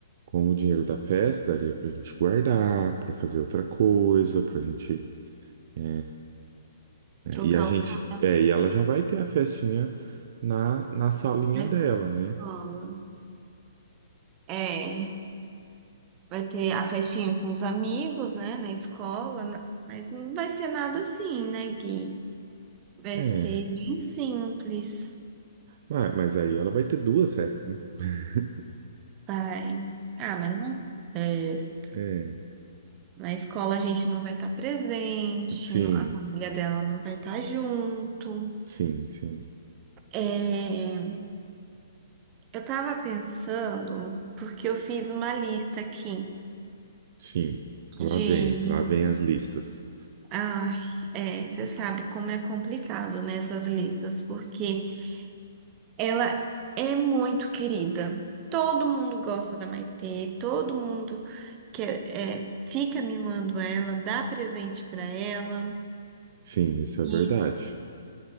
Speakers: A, on the right; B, on the right.
A: com o dinheiro da festa, daria pra gente guardar, pra fazer outra coisa, pra gente. é, né?
B: Trocar
A: E a gente.
B: o carro
A: É, e ela já vai ter a festinha na, na salinha
B: na
A: dela,
B: escola.
A: né?
B: É, vai ter a festinha com os amigos, né? Na escola, na- mas não vai ser nada assim, né, Gui? Vai
A: É.
B: ser bem simples.
A: Mas mas aí ela vai ter duas festas, né? <laughs>
B: Tem. Ah, mas não é festa.
A: É.
B: Na escola a gente não vai estar presente,
A: Sim,
B: não- a família dela não vai estar junto.
A: sim, sim,
B: É, eu tava pensando, porque eu fiz uma lista aqui
A: sim. Lá
B: de.
A: vem, lá vem as listas.
B: Ai, é, você sabe como é complicado nessas listas, porque ela é muito querida. Todo mundo gosta da Maitê, todo mundo quer, é, fica mimando ela, dá presente pra ela.
A: Sim, isso é
B: E
A: verdade.